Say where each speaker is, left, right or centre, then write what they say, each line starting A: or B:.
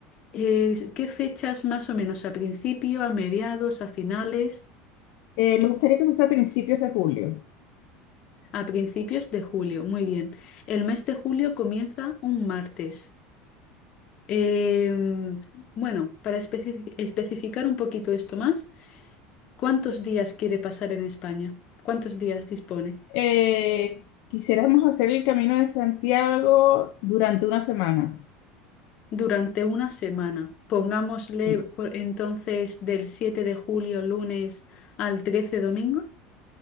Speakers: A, on the left; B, on the left.
A: Eh, ¿qué fechas más o menos? ¿A principio, a mediados, a finales?
B: Eh, me gustaría que fuese a principios de julio.
A: A principios de julio. Muy bien. El mes de julio comienza un martes. Em, bueno, para especifi- especificar un poquito esto más, ¿cuántos días quiere pasar en España? ¿Cuántos días dispone?
B: Eh, quisiéramos hacer el Camino de Santiago durante una semana.
A: durante una semana. Pongámosle
B: Sí,
A: por- entonces del 7 de julio lunes al 13 domingo.